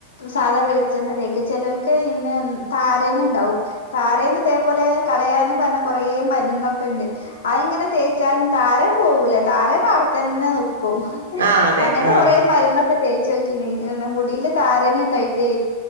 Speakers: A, on the left; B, on the right.
A: സാധാ വിെളിച്ചെണ്ണ തേക്കാ ചെലോൽ ക്ക് ഇന്നെ താരന് ഉണ്ടാവും താരന് ഇതേപോലെ കളയാൻ പറഞ്ഞ കുറേ മരുന്നൊക്കെ ഇണ്ട് അതിങ്ങനെ തേച്ചാലും താരൻ പോവൂല താരൻ അവിടെത്തന്നെ നിക്കും
B: ആഹ് അതെ
A: അങ്ങനത്തെ
B: ആഹ്
A: കൊറേ മരുന്നൊക്കെ തേ <unintelligible> മുടീൽ താരന്ണ്ടായിട്ടെ